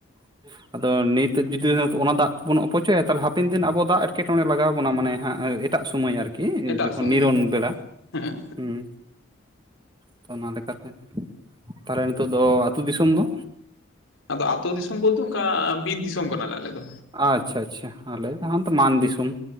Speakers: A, on the right (about 20°); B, on the left (about 90°).
A: ᱼᱼ ᱟᱫᱚ ᱱᱤᱛ ᱡᱩᱫᱤ ᱚᱱᱟ ᱫᱟᱜ ᱵᱚᱱ ᱚᱯᱚᱪᱚᱭᱟ ᱛᱟᱦᱟᱞᱮ <inaudible> ᱦᱟᱯᱮᱱ ᱫᱤᱱ ᱟᱵᱚ ᱫᱟᱜ ᱮᱴᱠᱮᱴᱚᱬᱮ ᱞᱟᱜᱟᱣ ᱵᱚᱱᱟ ᱢᱟᱱᱮ ᱦᱟᱸᱜ᱾ <inaudible> ᱮᱴᱟᱜ ᱥᱚᱢᱚᱭ ᱟᱨᱠᱤ
B: ᱮᱴᱟᱜ
A: ᱡᱚᱠᱷᱚᱱ
B: ᱥᱚᱢᱚᱭ
A: ᱱᱤᱨᱚᱱ ᱵᱮᱲᱟ,
B: ᱦᱮᱸ
A: ᱦᱚᱸ ᱛᱚ ᱚᱱᱟ ᱞᱮᱠᱟᱛᱮ ᱛᱟᱦᱚᱞᱮ ᱱᱤᱛᱳ ᱫᱚ ᱟᱹᱛᱩ ᱫᱤᱥᱚᱢ ᱫᱚ?
B: ᱟᱫᱚ ᱟᱹᱛᱩ ᱫᱤᱥᱚᱢ ᱵᱚᱞᱛᱮ ᱚᱱᱠᱟ ᱵᱤᱨ ᱫᱤᱥᱚᱢ ᱠᱟᱱᱟᱞᱮ ᱟᱞᱮ ᱫᱚ᱾
A: ᱟᱪᱪᱷᱟ ᱟᱪᱪᱷᱟ ᱟᱞᱮ ᱡᱟᱦᱟᱸ ᱛᱚ ᱢᱟᱱ ᱫᱤᱥᱚᱢ᱾